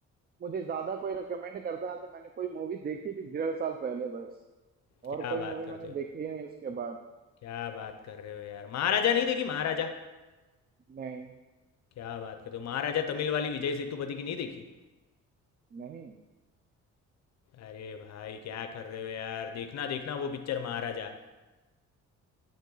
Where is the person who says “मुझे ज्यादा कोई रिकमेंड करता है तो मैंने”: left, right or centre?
Right